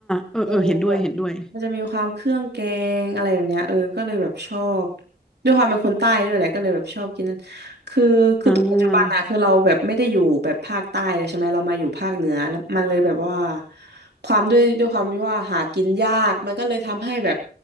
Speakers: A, in the centre; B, on the right (about 70°).
A: เออเออเห็นด้วยเห็นด้วย
B: เออ มันจะมีความเครื่องแกงอะไรแบบเนี้ยเออก็เลยแบบชอบด้วยความเป็นคนใต้ด้วยแหละก็เลยแบบชอบกินนั่นคือคือปัจจุบันอะคือเราแบบไม่ได้อยู่แบบภาคใต้เลยใช่ไหมเรามาอยู่ภาคเหนือแล้วมันเลยแบบว่า
A: อ่า
B: ความด้วยด้วยความที่ว่าหากินยากมันก็เลยทำให้แบบ